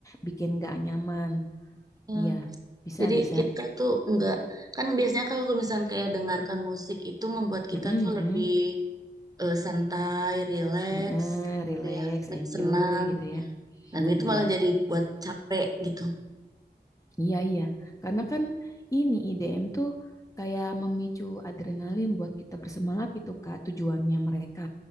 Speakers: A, on the left; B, on the right.
A: bikin nggak nyaman.
B: iya.
A: Iya, bisa,
B: Jadi
A: bisa.
B: kita tuh nggak kan biasanya kalau misalnya kayak dengarkan musik itu membuat kita
A: Mm-mm,
B: tuh
A: mm.
B: lebih eh, santai, rileks
A: Heeh,
B: gitu
A: relax,
B: ya,
A: enjoy
B: senang.
A: gitu ya.
B: Dan itu
A: Iya,
B: malah jadi buat capek gitu.
A: iya, iya. Karena kan ini IDM tuh kayak memicu adrenalin buat kita bersemangat gitu, Kak, tujuannya mereka.